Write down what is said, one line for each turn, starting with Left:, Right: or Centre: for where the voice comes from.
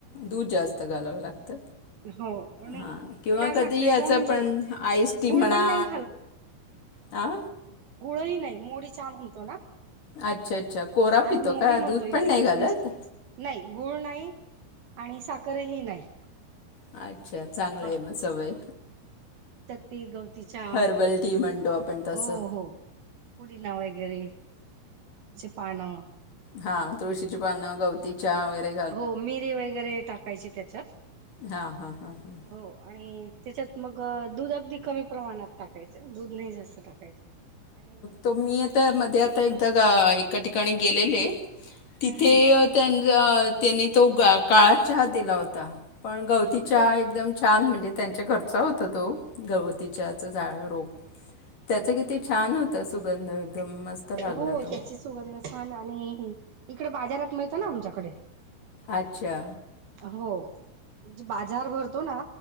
Left: दूध जास्त घालावं लागत.
Right: हो आणि
Left: हा किंवा
Right: विना साखरेचा
Left: कधी याचा
Right: म्हणजे
Left: पण आईस टी
Right: गुळ
Left: म्हणा.
Right: पण नाही
Left: आ..
Right: गुडही नाही मोडी चा म्हणतो ना,
Left: अच्छा अच्छा कोरा
Right: आम्ही
Left: पितो
Right: मोडी
Left: का
Right: म्हणतो
Left: दूध
Right: इकडे
Left: पण नाही घालत.
Right: म्हणजे नाही गुळ नाही आणि साखरही नाही.
Left: अच्छा चांगलं
Right: हा
Left: आहे मग सवय.
Right: ते गवतीच्या
Left: हर्बल टी म्हणतो आपण तसं
Right: हो हो उडीिना वगैरे, पाना
Left: हा तुळशीची पानं गवती चहा वैगैरे,
Right: हो मिरी वगैरे टाकायची त्याच्यात
Left: हां हां हां हां
Right: हो आणि त्याच्यात मग दूध अगदी कमी प्रमाणात टाकायचं दूध नाही जास्त टाकायच आणि
Left: तर मी आता मध्ये आता एकदा गा एका ठिकाणी गेलेले आहे तिथे
Right: हम्म हम्म
Left: त्यां त्यांनी तो काळा चहा दिला होता पण गवती चहा
Right: तो
Left: एकदम छान म्हणजे त्यांच्या घरचा होतां तो गवतीच्याच झाड रोप त्याचं
Right: हम्
Left: किती
Right: हम् ह्
Left: छान होता सुगंध एकदम मस्त लागला
Right: हो
Left: तो
Right: त्याची सुगंध छान आणि इकडे बाजारात मिळतं ना आमच्याकडे
Left: अच्छा
Right: हो म्हणजे बाजार भरतो ना